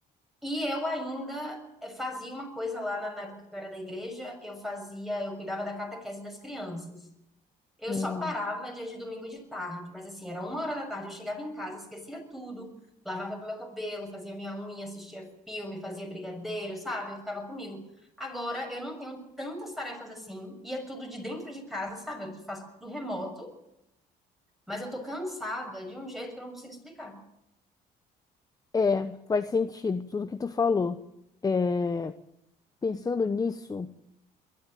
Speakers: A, in the centre; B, on the left (about 20°).
A: E eu ainda eh, fazia uma coisa lá na, na época que eu era da igreja, eu fazia, eu cuidava da catequese das crianças. Eu
B: Hum.
A: só parava dia de domingo de tarde, mas assim, era uma hora da tarde, eu chegava em casa, esquecia tudo, lavava meu cabelo, fazia minha unha, assistia filme, fazia brigadeiro, sabe? Eu ficava comigo. Agora eu não tenho tantas tarefas assim, e é tudo de dentro de casa, sabe? Eu faço tudo remoto, mas eu tô cansada de um jeito que eu não consigo explicar.
B: É, faz sentido tudo que tu falou. É, pensando nisso,